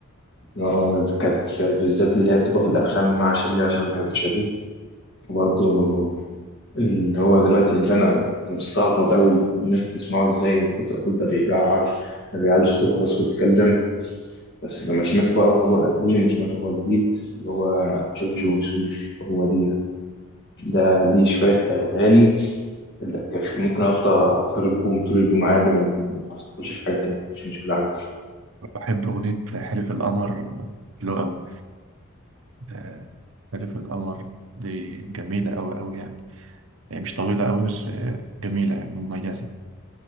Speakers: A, on the left; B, on the right.
A: اللي هو كانت بالذات اللي هي بتبقى في الأفلام مع شادية عشان بحب شادية وبرضه اللي هو دلوقتي اللي انا كنت مستغرب قوي الناس بتسمعه ازاي كنت اقول ده بيجعر ده بيعلي صوته خالص ويتكلم بس لما سمعته بقى وهو قديم وسمعته وهو جديد اللي هو جورج وسوف هو دي يعني. ده ليه شوية أغاني اللي كان ممكن أفضل أضطرب بهم طول اليوم عادي ما ما أدخلش في حاجة تانية مش مشكلة عندي
B: بحب اغنيه حلف القمر حلوه قوي آه، حلف القمر دي جميله قوي قوي يعني هي مش طويله قوي بس آه، جميله يعني مميزه